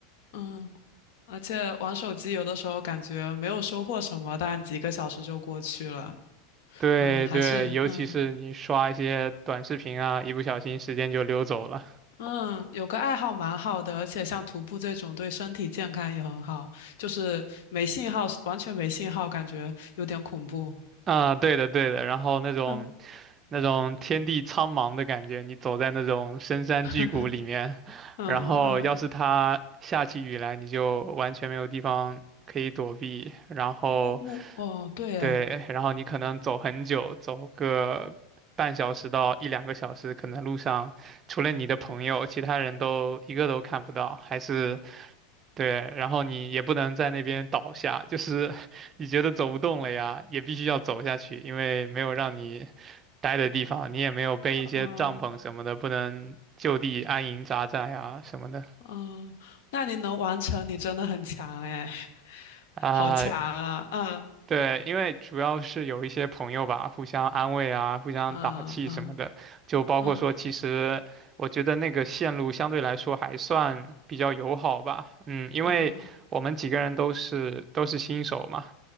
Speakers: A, on the left (about 65°); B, on the right (about 30°).
A: 嗯，而且玩手机有的时候感觉没有收获什么，但几个小时就过去了。
B: 对对，
A: 嗯，还是嗯。
B: 尤其是你刷一些短视频啊，一不小心时间就溜走了。
A: 嗯，有个爱好蛮好的，而且像徒步这种对身体健康也很好，就是没信号，完全没信号，感觉有点恐怖。
B: 啊，对的对的，然后那种
A: 嗯
B: 那种天地苍茫的感觉，你走在那种深山巨谷里面，
A: <laughs> 嗯嗯，
B: 然后要是它下起雨来，你就完全没有地方可以躲避，然后
A: 木木哦，对诶，
B: 对，然后你可能走很久，走个半小时到一两个小时，可能路上除了你的朋友，其他人都一个都看不到，还是对，然后你也不能在那边倒下，就是 <laughs> 你觉得走不动了呀，也必须要走下去，因为没有让你待的地方，你也没有备一些帐篷什么的，
A: 嗯
B: 不能就地安营扎寨啊什么的
A: 嗯，那你能完成，你真的很强诶，<laughs>
B: 啊。
A: 好强啊！嗯
B: 对，因为主要是有一些朋友吧，互相安慰啊，互相打气什么的，
A: 嗯嗯
B: 就包括说，
A: 嗯
B: 其实我觉得那个线路相对来说还算比较友好吧，嗯，因为我们几个人都是都是新手嘛，
A: 嗯